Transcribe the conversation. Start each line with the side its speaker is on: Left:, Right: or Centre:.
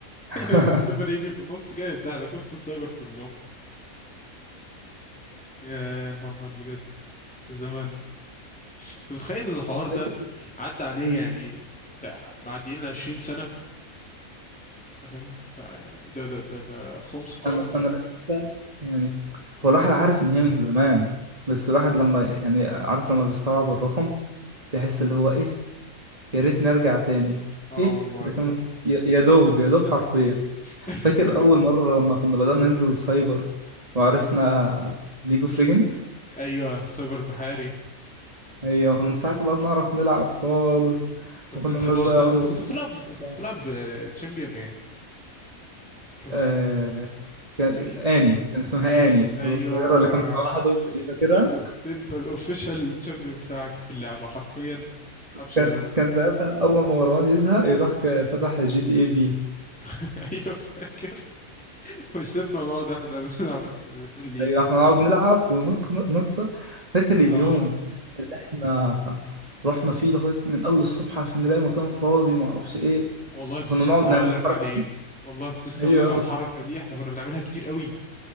Right: <laughs>
Centre: ايوه الدليفري <laughs> يجي في النص جاي يديها لك وسط السايبر كله يا محمد بجد زمان انت متخيل الحوار ده
Right: فاكر
Centre: عدى عليه
Right: مم.
Centre: يعني تع- معديين ال 20 سنة فاهم فيعني ده ده ده ده خمس قرن
Right: انا
Centre: يعني
Right: انا لسه يعني
Centre: ربع
Right: هو الواحد
Centre: قرن
Right: عارف ان هي من زمان بس الواحد لما يعني عارف لما بيستوعب الرقم بيحس
Centre: مم.
Right: اللي هو ايه يا ريت نرجع تاني
Centre: اه
Right: ايه
Centre: والله
Right: ده
Centre: بجد
Right: كان يا يا دوب يا دوب حرفيا
Centre: <laughs>
Right: فاكر اول مره لما كنا بدانا ننزل سايبر وعرفنا ليج اوف ليجندز
Centre: ايوه سايبر بحاري
Right: ايوه كنا ساعتها بقى بنعرف نلعب خالص
Centre: كنت
Right: وكنا
Centre: انت
Right: الناس
Centre: تقعد
Right: بقى
Centre: تلعب
Right: يقعدوا
Centre: انت
Right: يبصوا
Centre: كنت بتلعب بت- كنت
Right: لنا.
Centre: بتلعب تشامبيون ايه كان اس-
Right: آه...
Centre: اسمها
Right: كان...
Centre: ايه
Right: اني كان اسمها
Centre: اني
Right: اني
Centre: ايوه
Right: القصيره اللي كانت معاها دب دي فاكرها
Centre: كنت انت الاوفيشال تشامبيون بتاعك في اللعبة حرفيا ما تعرفش
Right: كان
Centre: غيرها
Right: كان ساعتها اول ما مروان يزهق يروح ك- فتح جي تي اي في
Centre: <laughs> ايوه فاكر ويسيبنا ونقعد احنا اللي نلعب الاتنين ليج
Right: ايوه احنا نقعد نلعب ونخسر فاكر
Centre: اه
Right: اليوم اللي احنا رحنا فيه لغايه من اول الصبح عشان نلاقي مكان فاضي ما اعرفش ايه
Centre: والله كنت
Right: كنا
Centre: لسه
Right: نقعد نعمل
Centre: هقول لك
Right: الحركة
Centre: عليه
Right: دي
Centre: والله كنت لسه
Right: ايوه
Centre: هقول لك على
Right: والله.
Centre: الحركة دي احنا كنا بنعملها كتير قوي